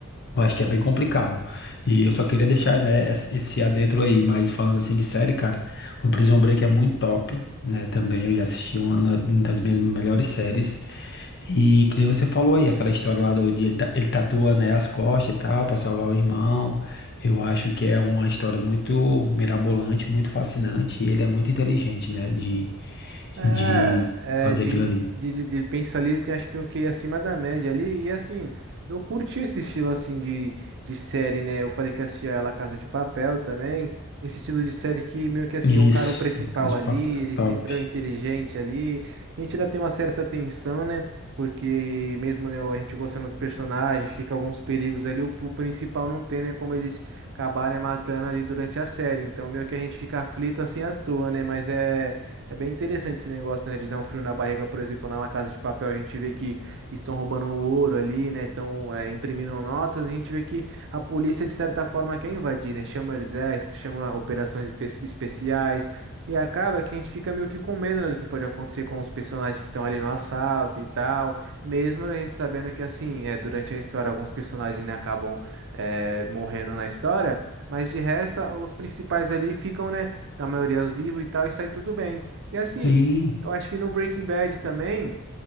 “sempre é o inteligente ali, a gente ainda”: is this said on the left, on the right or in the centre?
Right